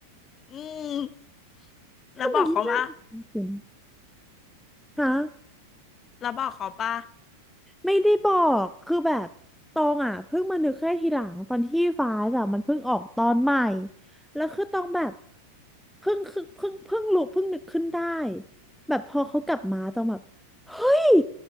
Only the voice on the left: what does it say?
อืมแล้วบอกเขาปะ
แล้วบอกเขาปะ